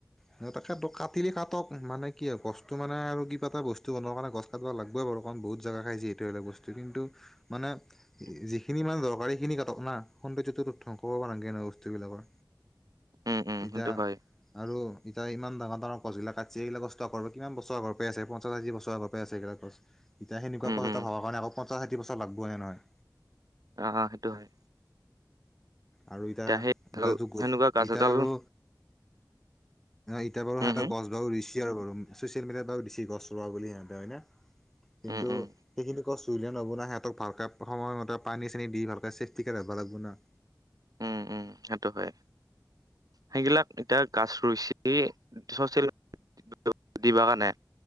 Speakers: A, in the centre; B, on the right (about 55°).
A: সিহতকা দ কাটিলি কাটক মানে কি আও গছটো মানে আৰু কিবা এটা বস্তু বনোৱাৰ কাৰণে গছ কাটব লাগবই বাৰু কাৰণ বহুত জাগা খায় যিহেতু এটা বস্তু কিন্তু মানে
B: উম,
A: যিখিনি মানে দৰকাৰীখিনি কাটক না। সৌন্দৰ্যটোত ধ্বংস কৰবা নাংগে না বস্তুবিলাকৰ
B: উম, উম,
A: এতিয়া
B: সেইটো হয়।
A: আৰু এতিয়া ইমান ডাঙৰ ডাঙৰ গছগিলা কাটছে এইগিলা গছ তৰ আৰ কিমান বছৰ আগৰ পৰা আছে। পঞ্চাশ আশী বছৰ আগৰ পৰা আছে এইগিলা গছ। এতিয়া সনেকুৱা
B: উম,
A: ক'লা
B: উম,
A: তৰ হ'ব কাৰণে মক পঞ্চাছ হাড়ি বছৰ লাগব হে নহয়।
B: অ অ সেইটো হয়।
A: আৰু ইতা
B: এতিয়া সেই ভাল
A: এতিয়া যুগ
B: সেনেকুৱা গাছ
A: ইতা
B: এডাল
A: আৰু এতিয়া বাৰু সিহঁতে
B: উম, হম,
A: গছ ঘ ৰুইছ কিহ ৰুৰোম ছচিয়েল মিডিয়াত বাও দিছি গছ ৰোৱা বুলি সিহঁতে হয় নে? কিন্তু
B: উম, উম,
A: সেইখিনি গছ ৰুলে নহব না সিহঁতক ভালকে সময়মতে পানী চানি দি ভালকে চেফটি কৰি ৰাবা লাগবো না।
B: উম উম সেইটো হয়। সেইগিলাক এতিয়া গাছ ৰুইছে ছ'চিয়েল <unintelligible> দিবা কাণে